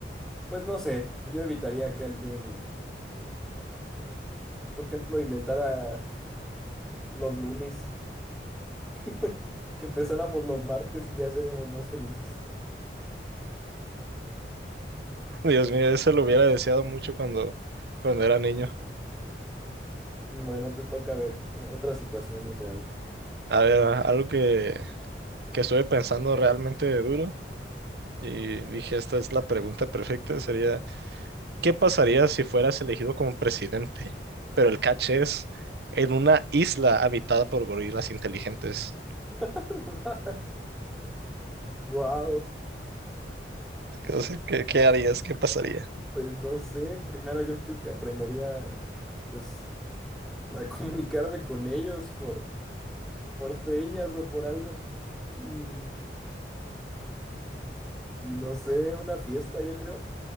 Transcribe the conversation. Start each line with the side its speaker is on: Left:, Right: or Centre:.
Centre: pues no sé, yo evitaría que alguien, por ejemplo, inventara los lunes, <laughs> que empezáramos los martes y ya seríamos más felices.
Right: Dios mío, eso lo hubiera deseado mucho cuando, cuando era niño.
Centre: Bueno, te toca ver otra situación real.
Right: A ver, a- algo que, que estuve pensando realmente duro y dije, esta es la pregunta perfecta, sería ¿Qué pasaría si fueras elegido como presidente? Pero el catch es en una isla habitada por gorilas inteligentes.
Centre: <laughs> Guau,
Right: O sea, ¿qué, qué harías? ¿Qué pasaría?
Centre: pues no sé, primero yo creo que aprendería, pues a comunicarme con ellos por, por señas o por algo. Y, y no sé, una fiesta, yo creo,